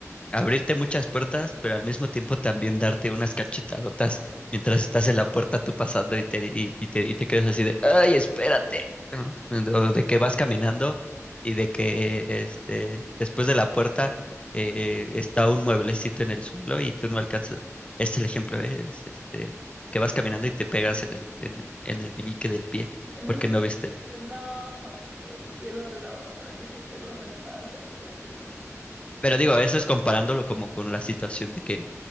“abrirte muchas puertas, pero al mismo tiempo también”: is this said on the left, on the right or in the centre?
Left